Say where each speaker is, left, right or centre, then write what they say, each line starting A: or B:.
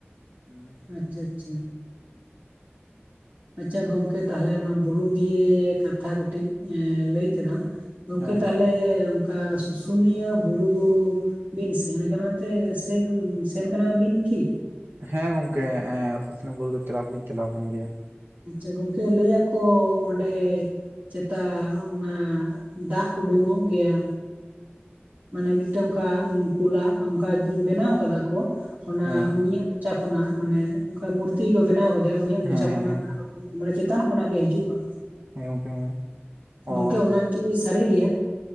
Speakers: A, on the right; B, on the right.
A: <unintelligible>
B: ᱟᱪᱪᱷᱟ ᱟᱪᱪᱷᱟ ᱟᱪᱪᱷᱟ ᱜᱚᱢᱠᱮ ᱛᱟᱦᱞᱮ ᱚᱱᱟ ᱵᱩᱨᱩ ᱫᱤᱭᱮ ᱠᱟᱛᱷᱟ ᱠᱟᱹᱴᱤᱡ ᱞᱟᱹᱭ ᱠᱮᱫᱟᱢ ᱜᱚᱝᱠᱮ
A: ᱦᱮᱸ
B: ᱛᱟᱦᱚᱞᱮ ᱚᱱᱠᱟ ᱥᱩᱥᱩᱱᱤᱭᱟᱹ ᱵᱩᱨᱩ ᱫᱩ ᱵᱤᱱ ᱥᱮᱱ ᱠᱟᱱᱟ ᱛᱮ ᱥᱮ ᱥᱮᱱ ᱠᱟᱱᱟ ᱵᱤᱱ ᱠᱤ?
A: ᱦᱮᱸ ᱜᱚᱝᱠᱮ ᱥᱩᱥᱱᱟ ᱵᱩᱨᱩ ᱫᱚ ᱪᱟᱞᱟᱣ ᱫᱚᱞᱤᱧ ᱪᱟᱞᱟᱣ ᱟᱠᱟᱱ ᱜᱮᱭᱟ᱾
B: ᱟᱪᱪᱷᱟ ᱜᱚᱝᱠᱮ ᱞᱟᱹᱭ ᱟᱠᱚ ᱚᱸᱰᱮ ᱪᱮᱛᱟ ᱚᱱᱟ ᱫᱟᱜ ᱩᱰᱩᱝ-ᱚᱜ ᱜᱮᱭᱟ᱾ ᱢᱟᱱᱮ ᱢᱤᱫᱴᱮᱱ ᱚᱱᱠᱟ ᱠᱩᱞᱟᱜ ᱚᱱᱠᱟ ᱵᱮᱱᱟᱣ ᱟᱠᱟᱫᱟ ᱠᱚ ᱚᱱᱟ
A: ᱦᱮᱸ
B: ᱩᱱᱤᱭᱟᱜ ᱢᱚᱪᱟ ᱠᱷᱚᱱᱟᱜ ᱢᱟᱱᱮ ᱚᱱᱠᱟ ᱢᱩᱨᱛᱤ ᱠᱚ ᱵᱮᱱᱟᱣ ᱟᱠᱟᱫᱮᱭᱟ ᱩᱱᱤᱭᱟᱜ ᱢᱚᱪᱟ
A: ᱦᱮᱸ ᱦᱮᱸ
B: ᱠᱷᱚᱱᱟᱜ
A: ᱦᱮᱸ
B: ᱫᱟᱜ ᱢᱟᱱᱮ ᱪᱮᱛᱟᱱ ᱠᱷᱚᱱᱟᱜ ᱜᱮ ᱦᱤᱡᱩᱜᱼᱟ,
A: ᱦᱮᱸ ᱜᱚᱝᱠᱮ ᱦᱮᱸ ᱚ
B: ᱜᱚᱝᱠᱮ ᱚᱱᱟᱠᱤ ᱥᱟᱹᱨᱤ ᱜᱮᱭᱟ?